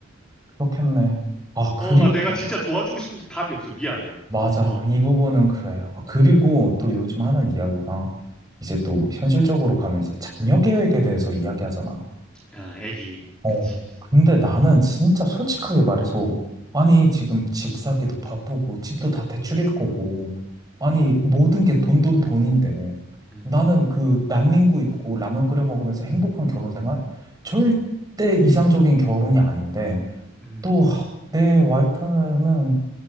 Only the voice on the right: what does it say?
그렇겠네. 아, 그리고,
맞아.
이 부분은 그래. 아, 그리고 또 요즘 하는 이야기가, 이제 또 현실적으로 가면 이제 자녀 계획에 대해서 이야기하잖아.
어,
근데 나는 진짜 솔직하게 말해서, 아니, 지금 집 사기도 바쁘고, 집도 다 대출일 거고, 아니,
모든 게 돈, 돈, 돈인데,
나는 그 난닝구 입고 라면 끓여 먹으면서 행복한 결혼 생활? 절대
이상적인 결혼이 아닌데,
또, 내 와이프는